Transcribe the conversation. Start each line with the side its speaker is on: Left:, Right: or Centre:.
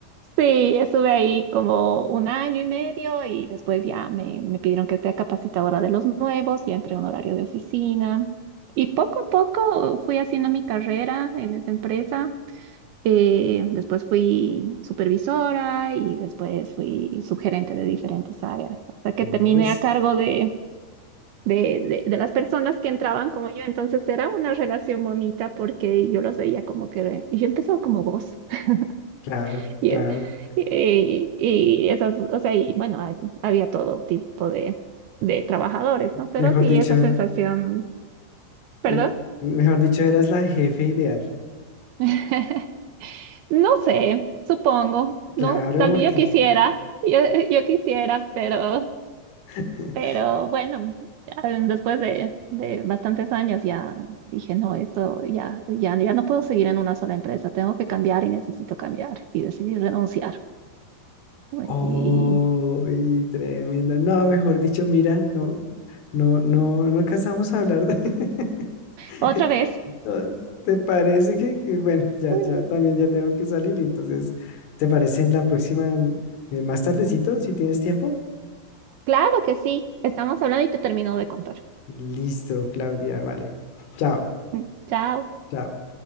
Right: Sí, estuve ahí como un año y medio y después ya me, me pidieron que sea capacitadora de los nuevos, ya entré a un horario de oficina y poco a poco fui haciendo mi carrera en esa empresa. Eh, después fui supervisora y después fui subgerente de diferentes áreas, hasta que
Left: Uy,
Right: terminé a cargo de, de, de- de las personas que entraban como yo. Entonces era una relación bonita porque yo los veía como que y yo empezaba como vos. <laughs>
Left: claro,
Right: Y,
Left: claro.
Right: eh, y, y esas, o sea, y bueno, ha- había todo tipo de, de trabajadores, ¿no? Pero
Left: Mejor
Right: sí,
Left: dicho,
Right: esa sensación, perdón.
Left: m- mejor dicho, eras la jefe ideal.
Right: <laughs> No sé, supongo. No,
Left: Claro,
Right: tal
Left: porque
Right: vez yo quisiera, yo, yo quisiera, pero,
Left: <laughs>
Right: pero bueno, ya después de, de bastantes años ya dije, no, esto ya, ya, ya no puedo seguir en una sola empresa, tengo que cambiar y necesito cambiar y decidí renunciar. ¿no?
Left: Oh,
Right: Y
Left: y tremendo. No, mejor dicho, mira, no, no, no, no alcanzamos a hablar de- <laughs>
Right: otra vez,
Left: No, ¿Te parece que, que, bueno, ya,
Right: mm,
Left: ya también ya tengo que salir, entonces, ¿te parece en la próxima, en- en más tardecito, si tienes tiempo?
Right: claro que sí, estamos hablando y te termino de contar.
Left: Listo, Claudia, vale. Chao,
Right: Mm, Chao.
Left: chao.